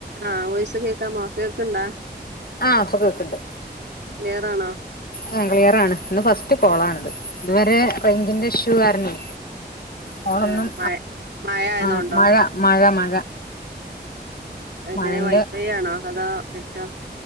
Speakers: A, on the right (about 75°); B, on the left (about 60°).
A: ആഹ് വോയിസ് കേക്കാമോ കേക്ക്ണ്ടാ
B: ആ ആഹ് പ്പൊ കേക്കണ്ട്
A: ക്ലിയറാണോ
B: ആഹ് ക്ലിയർ ആണ് ഇന്ന് ഫസ്റ്റ് കോളാണിത് ഇതുവരെ റേഞ്ചിന്റെ ഇഷ്യൂ കാരണം കോള്
A: ആഹ്
B: ഒന്നും
A: മഴ മഴ ആയതോണ്ടോ
B: ആഹ് മഴ മഴ മഴ
A: എങ്ങനെ
B: മഴന്റെ
A: വൈഫൈ ആണോ അതാ നെറ്റാ